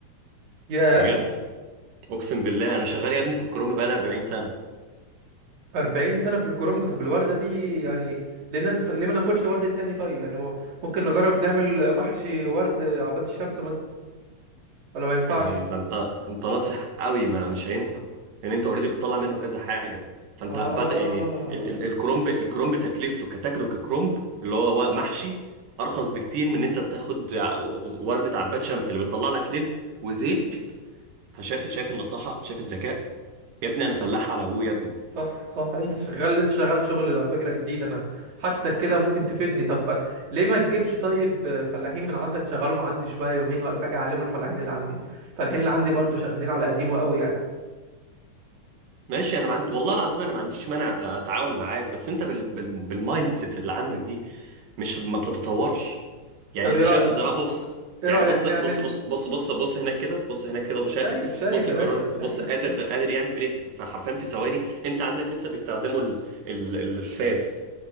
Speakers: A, on the right; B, on the right.
A: ياه
B: بجد اقسم بالله انا شغال يا ابني في الكرومبا بقالي 40 سنه
A: 40 سنة في الكرنب طب الوردة دي يعني ليه الناس بتقول ليه ما ناكلش وردة تاني طيب يعني مو- ممكن نجرب نعمل محشي ورد عباد الشمس مثلا ولا ما ينفعش
B: يعني انت انت انت ناصح قوي ما مش هينفع لان انت اوريدي بتطلع منه كذا حاجه فانت
A: اه
B: بدا يعني ال ال الكرومب الكرومب تكلفته كتاكله ككرومب اللي هو وا- محشي ارخص بكتير من ان انت تاخد ع- ورده عباد شمس اللي بتطلع لك لب وزيت فشايف شايف النصاحه شايف الذكاء يا ابني انا فلاح على ابوه يا ابني
A: صح صح انت شغال انت شغال شغل على فكرة جديد انا حاسك كده ممكن تفيدني طب ليه ما تجيبش طيب فلاحين من عندك تشغلهم عندي شوية يومين ولا حاجة اعلموا الفلاحين اللي عندي الفلاحين اللي عندي برضو شغالين على قديمه قوي يعني
B: ماشي انا ما عندي والله العظيم انا ما عنديش مانع أت- اتعاون معاك بس انت بال... بال... بالمايند سيت اللي عندك دي مش ما بتتطورش يعني
A: طب
B: انت
A: ايه رأيك
B: شايف الزراعه بص
A: ايه
B: يعني
A: رأيك
B: بص
A: نعمل
B: بص بص بص بص بص هناك كده بص هناك كده شايف
A: شايف شايف
B: بص
A: يا
B: الجرار
A: باشا شايف
B: بص قادر
A: شايف
B: قادر يعمل ايه في في حرفيا في ثواني انت عندك لسه بيستخدموا ال... ال... الفاس